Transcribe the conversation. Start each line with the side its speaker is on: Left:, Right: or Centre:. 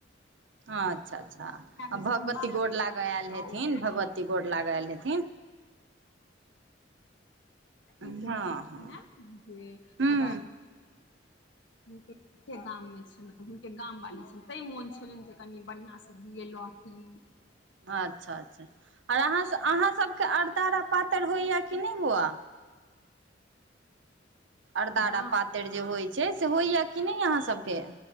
Right: अच्छा अच्छा,
Left: रहै
Right: आ
Left: छथिन
Right: भगवती
Left: बाहरे
Right: गोर लागे आयल
Left: तऽ
Right: हेथिन
Left: ओ
Right: भगवती गोर लागे आयल हेथिन हँ
Left: ई कहै छै
Right: हँ
Left: ने। जे
Right: हूँ
Left: मब <unintelligible> गाममें छै मब हुनके गाम वाली छनि तै मोन छलनि जे कनि बढ़िया से दिय लहटी
Right: अच्छा अच्छा, आर अह अहाँ सभके अरतारा पातरि होइया कि नहि बौआ अरदाारा
Left: ना
Right: पातरि जे होइ छै से होइया कि नहि अहाँ सभके